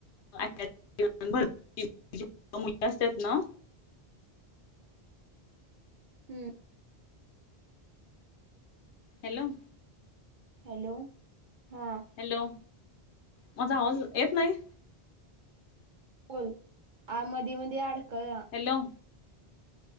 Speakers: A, on the left (about 85°); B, on the right (about 55°).
A: <unintelligible> मुली असतात ना.
B: हम्म.
A: हॅलो.
B: हॅलो हां.
A: हॅलो माझा आवाज येत नाही.
B: बोल आ मधी मधी अडखळ.
A: हॅलो.